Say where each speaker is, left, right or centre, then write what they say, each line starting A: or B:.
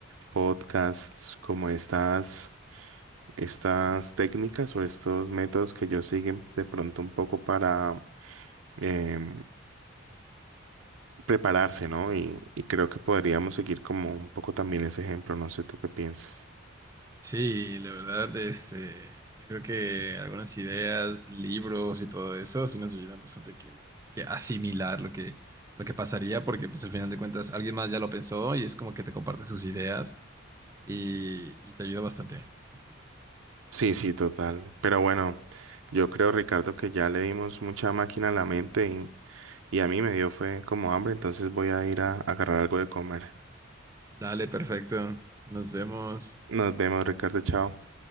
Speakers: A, on the right (about 85°); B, on the right (about 15°).
A: podcasts, como estas, estas técnicas o estos métodos que ellos siguen de pronto un poco para em, prepararse, ¿no? Y, y creo que podríamos seguir como un poco también ese ejemplo, no sé tú qué piensas.
B: Sí, la verdad, este, yo creo que algunas ideas, libros y todo eso sí nos ayudan bastante que, que asimilar lo que, lo que pasaría porque pues al final de cuentas alguien más ya lo pensó y es como que te comparte sus ideas y, y te ayuda bastante a ti.
A: Sí, sí, total. Pero bueno, yo creo, Ricardo, que ya le dimos mucha máquina a la mente y, y a mí me dio fue como hambre, entonces voy a ir a agarrar algo de comer.
B: Dale, perfecto. Nos vemos.
A: Nos vemos, Ricardo, chao.